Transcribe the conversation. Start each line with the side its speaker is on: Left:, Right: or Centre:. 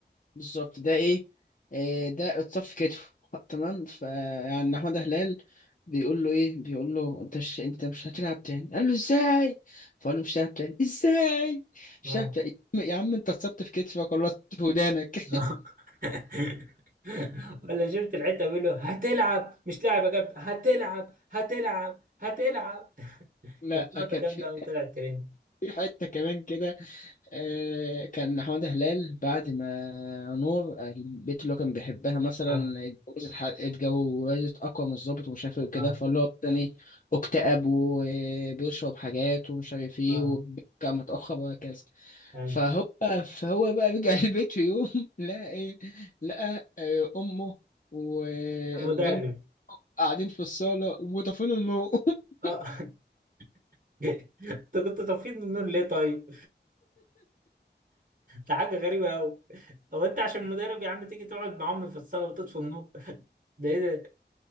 Left: بالظبط ده ايه آه، ده اتصف كتفه <laughs> تمام فيعني محمد هلال بيقول له ايه بيقول له انت مش انت مش هتلعب تاني قال له ازاي فقال له مش هلعب تاني ازاي مش
Right: اه
Left: هلعب تاني يا عم يا عم انت اتصبت في كتفك ولا اتصبت في ودانك
Right: <laughs> ولا شفت الحته بيقول له هتلعب مش لاعب يا كابتن هتلعب هتلعب هتلعب
Left: <laughs> لا
Right: كانت نقطه
Left: كان
Right: جامده
Left: في
Right: قوي طلعت ترند
Left: في حته كمان كده آه، كان حمادة هلال بعد ما نور البنت اللي هو كان بيحبها مثلا
Right: اه
Left: اتجوزت ح- اتجوزت أقوى من الظابط ومش عارف ايه وكده
Right: اه
Left: فاللي هو تاني اكتئب وبيشرب حاجات ومش عارف ايه
Right: اه
Left: وكان متأخر وهكذا
Right: ايوه
Left: فهو <laughs> فهو بقى رجع <laughs> البيت في يوم لقى ايه لقى آه، أمه والمدام
Right: المدرب
Left: قاعدين في الصالة وطافين النور <laughs>
Right: اه <laughs> انت كنت طفيت من النور ليه طيب؟ ده حاجه غريبه قوي هو انت عشان مدرب يا عم تيجي تقعد مع امي في الصاله وتطفي النور <laughs> ده ايه